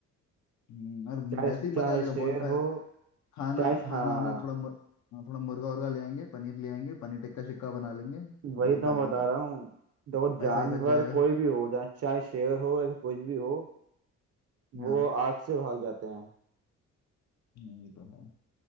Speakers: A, on the left (about 70°); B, on the right (about 55°).
A: हम्म, और
B: चाहे
A: वैसे ही मजा
B: चाहे
A: आ जाएगा
B: शेर
A: बॉनफायर
B: हो
A: खाना
B: चाहे
A: खाना
B: हाँ
A: उना थोड़ा मुर, थोड़ा मुर्गा उर्गा ले आएंगे पनीर ले आएंगे पनीर टिक्का शिक्का बना लेंगे वो
B: वही
A: भी
B: तो
A: खा
B: मैं
A: लेंगे
B: बता रहा हूँ देखो जानवर
A: पैसा ही बच जाएगा
B: कोई भी हो चाहे चाहे शेर हो या कुछ भी हो वो
A: हाँ
B: आग से भाग जाते हैं
A: हम्म, ये तो है